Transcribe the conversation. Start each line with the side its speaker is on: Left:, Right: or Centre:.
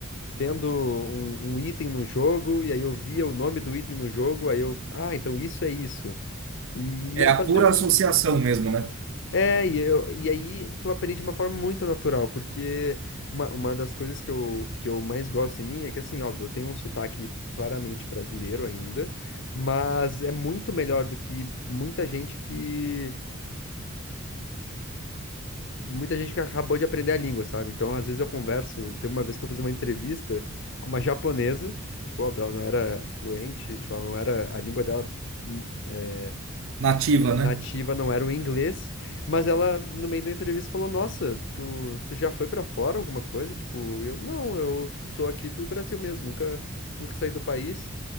Left: vendo um, um item no jogo, e aí eu via o nome do item no jogo, aí eu, ah, então isso é isso. E
Right: É
Left: ia
Right: a
Left: fazendo.
Right: pura associação mesmo, né?
Left: É, e, eu, e aí tu aprende de uma forma muito natural, porque uma, uma das coisas que eu, que eu mais gosto em mim é que, assim, óbvio, eu tenho um sotaque claramente brasileiro ainda, mas é muito melhor do que muita gente que. muita gente que acabou de aprender a língua, sabe? Então, às vezes eu converso. Teve uma vez que eu fiz uma entrevista com uma japonesa, tipo, óbvio, ela não era fluente, tipo, ela não era, a língua dela hum, é,
Right: Nativa,
Left: nativa
Right: né?
Left: não era o inglês, mas ela, no meio da entrevista, falou: Nossa, tu, tu já foi pra fora alguma coisa? Tipo, eu, não, eu sou aqui do Brasil mesmo, nunca, nunca saí do país.